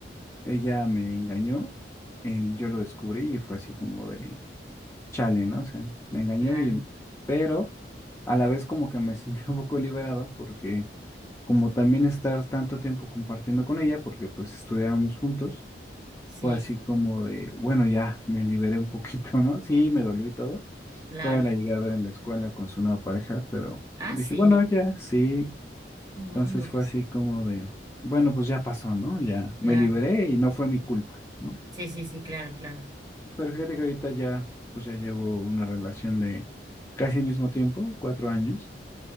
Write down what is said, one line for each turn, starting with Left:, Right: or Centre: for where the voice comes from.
Left: Ella me engañó, eh, yo lo descubrí y fue así como de chale, ¿no? O sea, me engañó
Right: Claro,
Left: y, pero a la vez como que me <laughs> sentí un poco liberado porque como también estar tanto tiempo compartiendo con ella, porque pues estudiábamos juntos,
Right: sí.
Left: fue así como de, bueno, ya me liberé un poquito, <laughs> ¿no? Sí, me dolió y todo.
Right: Claro.
Left: Todavía la llegué a ver en la escuela con su nueva pareja, pero
Right: Ah,
Left: dije,
Right: sí.
Left: bueno, ya, sí.
Right: Ay,
Left: Entonces
Right: no,
Left: fue
Right: pues,
Left: así como de, bueno, pues ya pasó, ¿no? Ya me
Right: claro.
Left: liberé y no fue mi culpa, ¿no?
Right: Sí, sí, sí, claro, claro.
Left: Pero fíjate que ahorita ya, pues ya llevo una relación de casi el mismo tiempo, cuatro años,